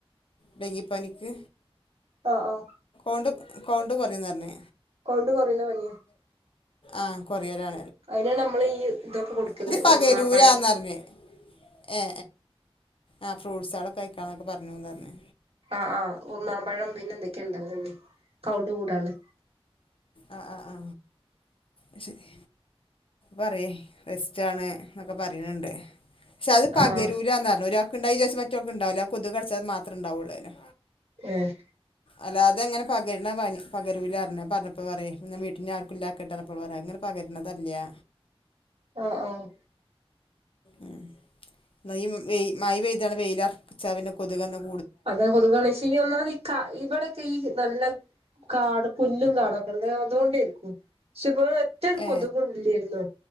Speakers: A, on the left; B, on the right.
A: ഡെങ്കിപനിക്ക്
B: ഒ ഒ
A: ണ്ട് കൗണ്ട് കൊറയുന്ന്റന്ന്
B: കൗണ്ട് കൊറയുന്ന പനിയാ
A: ആഹ് കുറയലാ
B: അതിനെ നമ്മള് ഈ ഇതൊക്കെ കൊടുക്കലേ
A: പകരൂലാന്ന്
B: ഉറുമാമ്പഴം
A: പറഞ്ഞ് ഏ ആ ഫ്രൂട്ട്സകളക്ക കയിക്ക ക്കെ പറഞ്ഞുന്ന്റഞ്ഞെ
B: ആഹ് ആഹ് ഉർമാമ്പഴം പിന്നെ എന്തൊക്കെണ്ടല്ലോ വീ കൗണ്ട് കൂട്ടാന്
A: ആ ആ അശരി പറയേ റസ് ജ്ജാണ് ന്നൊക്കെ പറീണ് ണ്ട് ക്ഷെ അത് പകരൂലന്നറഞ്ഞു
B: ആഹ്
A: ഒരാ ണ്ടായിചാര്ച്ച് മറ്റോക്ക്ണ്ടാവൂല കൊതുകട്ച്ചാൽ മാത്രം ഉണ്ടാവൊള്ളത്‌.
B: ഏഹ
A: അല്ലാതെങ്ങനെ പകര്ന്ന പനി പകരൂലാർഞ്ഞു അഅ് പറഞ്ഞപ്പോ പറയേ പന്നെ വീട്ടിന്നെആർക്കുംല്ലാക്കട്ടെ എന്നർനപ്പോപറ അഅങ്ങനെ പകര്ണതല്ല്യ
B: ഒ ഓഹ്
A: ഉം ന്ന ഈ വെയി മഴ പെയ്താണ്ട് വെയിലാർച്ചാ പിന്നെ കൊതുകൊന്നും
B: അതാ കൊതുകാണ് ക്ഷീ ഈ ഒന്നാമത് ഈ കാ ഇവിടൊക്കെ ഈ നല്ല കാട് പുല്ലും കാടൊക്കെ ണ്ട് അന്നുകൊണ്ടേയിരിക്കും പക്ഷെ ഇപ ഒറ്റൊരു
A: ഏ
B: കൊതുകും ഇല്ലേയ്ര്ന്നു.